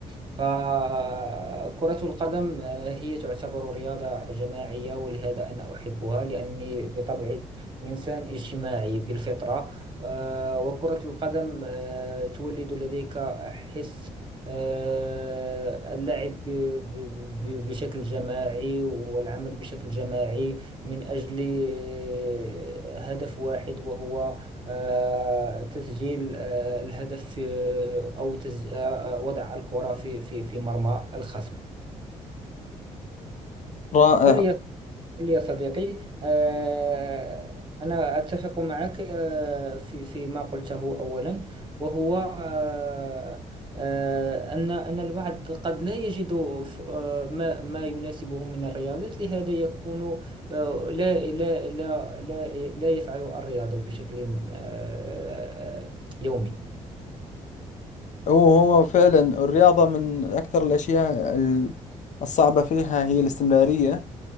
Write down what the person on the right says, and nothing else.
فكرة القدم آه، هي تعتبر رياضة جماعية ولهذا أنا أحبها لأني بطبعي إنسان اجتماعي بالفطرة آه، وكرة القدم آه، تولد لديك حس آه، اللعب ب- ب- ب- بشكل جماعي والعمل بشكل جماعي من أجل آه، هدف واحد وهو آه، تسجيل آه، الهدف آه، أو تسج... آه، آه، وضع الكرة في في في مرمى الخصم
قل لي قل لي يا صديقي آه، أنا أتفق معك آه، في في ما قلته أولا وهو آه، آه، أن أن البعض قد لا يجد ف- آه، ما ما يناسبه من الرياضات لهذا يكون آه، لا لا لا لا لا يفعل الرياضة بشكل آه، آه، يومي